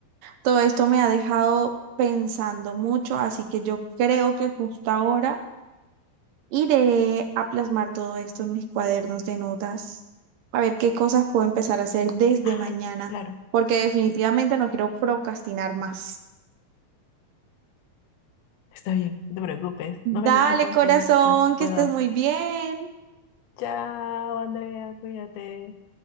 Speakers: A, on the right (about 75°); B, on the left (about 85°).
A: todo esto me ha dejado pensando mucho, así que yo creo que justo ahora iré a plasmar todo esto en mis cuadernos de notas, a ver qué cosas puedo empezar a hacer desde
B: Ay,
A: mañana,
B: claro.
A: porque definitivamente no quiero procrastinar más.
B: Está bien, no te preocupes. Nos vemos
A: Dale,
B: entonces
A: corazón,
B: cuando
A: que
B: puedas.
A: estés muy bien.
B: Chao, Andrea, cuídate.